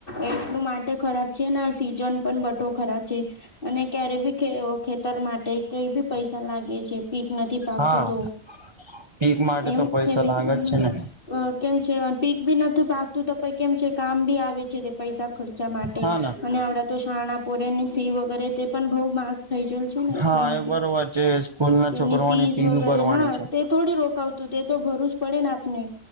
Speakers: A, on the left (about 40°); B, on the right (about 20°).
A: એટલું માટે ખરાબ છે સીઝન પણ બટો ખરાબ છે અને ક્યારે બી ખેતર માટે કઈ ભી પૈસા લાગે છે પીક નથી પાકતું
B: હા
A: તો
B: પીક માટે
A: એમ
B: તો પૈસા
A: સેવે
B: લાગે
A: હમ
B: જ છે ને
A: કેમ છે પીક ભી નથીું પાકતું તો પ કેમ છે કામ ભી આવે છે તે પૈસા ખર્ચા માટે
B: હા ના
A: અને આવડા તો શાણાપોરેની ફી વગેરે તે પણ બહુ માહા થઈ જલ છે ને
B: હા
A: એટલા માટે
B: એ બરોબર છે સ્કૂલ ના
A: તેની
B: છોકરોની
A: ફીઝ
B: ફી
A: વગેરે
B: બી ભરવાની
A: હા
B: છે
A: તે થોડી રોકાવતું તે તો ભરું જ પડે ને આપને